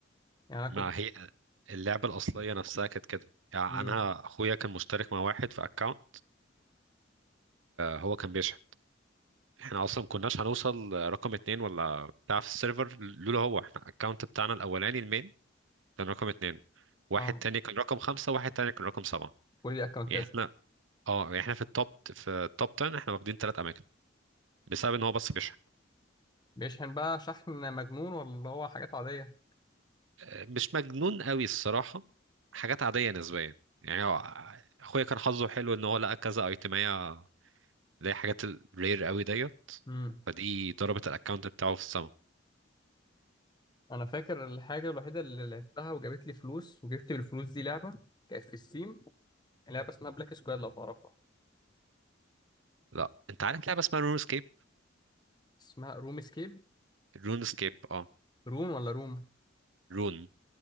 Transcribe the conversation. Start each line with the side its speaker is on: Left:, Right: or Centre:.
Left: يعني انا كنت
Right: مع هي اللعبه الاصليه نفسها كانت كده يعني
Left: امم
Right: انا اخويا كان مشترك مع واحد في اكونت هو كان بيشحن احنا اصلا ما كناش هنوصل رقم اتنين ولا بتاع في السيرفر لولا هو احنا الاكونت بتاعنا الاولاني المين كان رقم اتنين واحد
Left: اه
Right: تاني كان رقم خمسة واحد تاني كان رقم سبعة
Left: كل دي اكونتات
Right: يعني احنا اه يعني احنا في التوب في التوب 10 احنا واخدين ثلاث اماكن بسبب ان هو بس بيشحن
Left: بيشحن بقى شحن مجنون ولا هو حاجات عاديه
Right: آه، مش مجنون قوي الصراحة حاجات عادية نسبيا يعني هو اخويا كان حظه حلو ان هو لقى كذا ايتمية اللي هي حاجات الرير قوي ديت
Left: امم
Right: فدي ضربت الاكونت بتاعه في السما
Left: انا فاكر الحاجه الوحيده اللي لعبتها وجابت لي فلوس وجبت بالفلوس دي لعبه كانت في السيم لعبه اسمها بلاك سكوير لو تعرفها
Right: لا انت عارف لعبة اسمها رون سكيب
Left: اسمها روم سكيب
Right: رون سكيب اه
Left: رون ولا روم
Right: رون